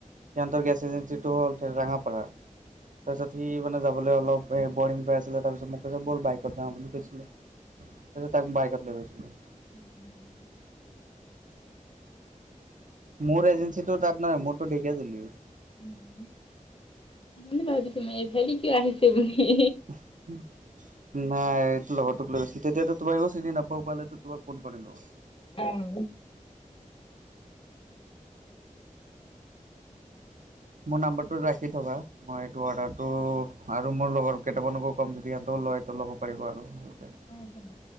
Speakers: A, on the right; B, on the left.
A: সিহঁতৰ গেছ এজেঞ্চিটো হল ৰাঙাপাৰাৰ তাৰপিছত সি মানে যাব কলে অলপ বৰিং পাই আছিলে তাৰপিছত মোক কৈছে ব'ল বাইকত যাওঁ বুলি কৈছিলে তাচত তাক বাইকত লৈ গৈছিলো
B: উম উম
A: মোৰ এজেঞ্চিটো তাত নহয় মোৰতো ঢেকীয়াজুলিৰ
B: সেইকাৰে ভাবিছো মই এইফালে কিয় আহিছে বুলি
A: উম নাই এইটো লগৰটোক লৈ গৈছি তেতিয়াত তোমাকো চিনি নাপাও পালেতো তোমাক ফোন কৰিলো হয়
B: উম
A: মোৰ নাম্বাৰটো ৰাখি থবা মই এইটো অৰ্ডাৰটো আৰু মোৰ লগৰ কেইটামানকো ক'ম যদি ইহঁতক লয়টো ল'ব পাৰিব আৰু ভালকে
B: অ হব